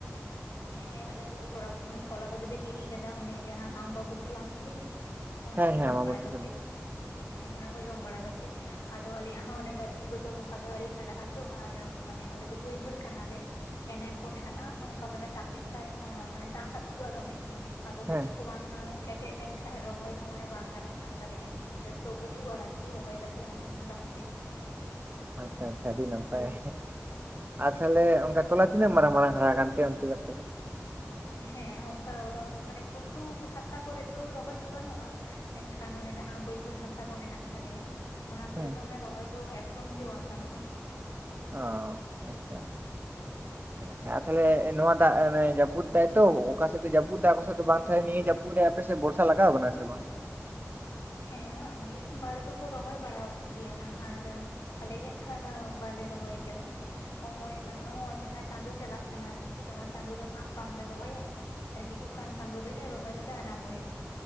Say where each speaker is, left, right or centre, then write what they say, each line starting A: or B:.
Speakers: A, on the left; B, on the right.
A: ᱦᱮᱸ ᱟᱞᱮ ᱫᱚ ᱛᱚᱞᱟ ᱠᱚᱫᱚᱞᱮ ᱜᱤᱰᱤ ᱠᱟᱫᱟ ᱚᱱᱮ ᱡᱟᱦᱟᱸ ᱟᱢᱵᱟᱵᱩᱛᱤ ᱵᱟᱝᱠᱚ ᱞᱟᱹᱭᱟ ᱚᱱᱟ
B: ᱦᱮᱸ
A: ᱠᱚ
B: ᱦᱮᱸ
A: ᱡᱚᱢ
B: ᱢᱟᱢᱚᱛᱤ
A: ᱵᱟᱲᱟ ᱠᱟᱛᱮᱜ
B: ᱠᱚ ᱞᱟᱹᱭᱟ
A: ᱦᱮᱸ ᱚᱱᱟ ᱠᱚ ᱡᱚᱢ ᱵᱟᱲᱟ ᱠᱟᱛᱮᱜ ᱟᱫᱚ ᱟᱞᱮᱭᱟᱜ ᱦᱚᱸ ᱚᱱᱮ ᱜᱟᱪᱷᱤ ᱠᱚᱫᱚ ᱚᱱᱠᱟ ᱫᱚ ᱟᱹᱣᱨᱤ ᱦᱟᱨᱟᱜ-ᱟ ᱛᱚ ᱟᱨ ᱢᱟᱱᱮ ᱟᱞᱮ ᱵᱟᱹᱭᱦᱟᱹᱲ ᱠᱟᱱᱟᱞᱮ ᱠᱮᱱᱮᱞ ᱠᱚ ᱢᱮᱱᱟᱜᱼᱟ ᱚᱱᱠᱟ ᱫᱚᱢᱮ ᱫᱟᱜ ᱞᱮᱠᱷᱟᱡ ᱢᱟᱱᱮ ᱫᱟᱜ ᱟᱹᱛᱩᱜᱼᱟ ᱫᱚᱢᱮ ᱟᱫᱚ
B: ᱦᱮᱸ
A: ᱜᱟᱪᱷᱤ ᱠᱚ ᱵᱟᱝ ᱠᱮᱴᱮᱡ ᱞᱮᱱᱠᱷᱟᱡ ᱨᱚᱦᱚᱭ ᱦᱚᱸ ᱢᱟᱱᱮ ᱵᱟᱝ ᱜᱟᱱᱚᱜ ᱠᱟᱱ ᱛᱟᱞᱮᱭᱟ, ᱚᱱᱟ ᱡᱚᱛᱚ ᱜᱩᱡᱩᱜᱼᱟ ᱟᱨᱠᱤ ᱨᱚᱦᱚᱭ ᱠᱟᱛᱮ ᱦᱚᱸ ᱫᱟᱜ ᱛᱮ᱾
B: ᱟᱪᱪᱷᱟ ᱟᱪᱪᱷᱟ ᱟᱹᱰᱤ ᱱᱟᱯᱟᱭ ᱟᱨ ᱛᱟᱦᱚᱞᱮ ᱚᱝᱠᱟ ᱛᱚᱞᱟ ᱛᱤᱱᱟᱹᱜ ᱢᱟᱨᱟᱝ ᱢᱟᱨᱟᱝ ᱦᱟᱨᱟ ᱠᱟᱱᱛᱮ ᱚᱱᱛᱮ ᱫᱚ ᱟᱯᱮ ᱫᱚ?
A: ᱦᱮᱸ ᱚᱱᱠᱟ ᱢᱟᱱᱮ ᱜᱷᱩᱴᱩ ᱦᱟᱥᱟ ᱠᱚᱨᱮᱫ ᱫᱚ ᱨᱚᱦᱚᱭ ᱫᱚ ᱜᱟᱱᱚᱜᱼᱟ ᱮᱱᱠᱷᱟᱱ ᱚᱱᱮ ᱡᱟᱦᱟ ᱵᱟᱹᱭᱦᱟᱹᱲ ᱦᱟᱥᱟ ᱠᱚ ᱢᱮᱱᱟᱜ ᱛᱟᱞᱮᱭᱟ ᱚᱱᱟ ᱠᱚᱨᱮ
B: ᱦᱮᱸ
A: ᱫᱚ ᱢᱟᱱᱮ ᱨᱚᱦᱚᱭ ᱫᱚ ᱮᱠᱫᱚᱢ ᱜᱮ ᱵᱟᱝ ᱜᱟᱱᱚᱜᱼᱟ
B: ᱚ ᱟᱪᱪᱷᱟ ᱟᱪᱪᱷᱟ
A: <inaudible>
B: ᱦᱮᱸ ᱛᱟᱦᱚᱞᱮ ᱱᱚᱣᱟ ᱫᱟᱜ ᱡᱟᱹᱯᱩᱫ ᱛᱟᱭᱛᱚ ᱚᱠᱟ ᱥᱮᱫ ᱫᱚ ᱡᱟᱹᱯᱩᱫ ᱫᱟ ᱚᱠᱟ ᱥᱮᱫ ᱫᱚ ᱵᱟᱝ ᱱᱤᱭᱟᱹ ᱡᱟᱹᱯᱩᱫ ᱯᱩᱨᱮ ᱟᱯᱮᱥᱮᱫ ᱵᱚᱨᱥᱟ ᱞᱟᱜᱟᱣ ᱟᱠᱟᱱᱟ ᱥᱮ ᱵᱟᱝ
A: ᱦᱮᱸ ᱢᱤᱫ ᱵᱟᱨ ᱫᱚᱠᱚ ᱨᱚᱦᱚᱭ ᱵᱟᱲᱟ ᱟᱠᱟᱫ ᱜᱮᱭᱟ ᱦᱟᱸᱜ ᱟᱨ ᱟᱞᱮᱭᱟᱜ ᱠᱷᱟᱱ ᱵᱟᱞᱮ ᱨᱚᱦᱚᱭ ᱠᱟᱫᱟ ᱱᱚᱜᱚᱭ ᱢᱟᱱᱮ ᱱᱚᱜᱚᱭ ᱡᱟᱦᱟ ᱪᱟᱸᱫᱳ ᱪᱟᱞᱟᱜ ᱠᱟᱱᱟ ᱟᱨᱠᱤ ᱱᱚᱣᱟ ᱪᱟᱸᱫᱳ ᱫᱚ ᱦᱟᱸᱜ ᱵᱟᱝᱞᱮ ᱨᱚᱦᱚᱭᱟ᱾ ᱟᱨ ᱦᱤᱡᱩᱜ ᱠᱟᱱ ᱪᱟᱸᱫᱳ ᱨᱚᱦᱚᱭ ᱫᱚᱞᱮ ᱟᱨᱟᱢᱵᱚᱭᱟ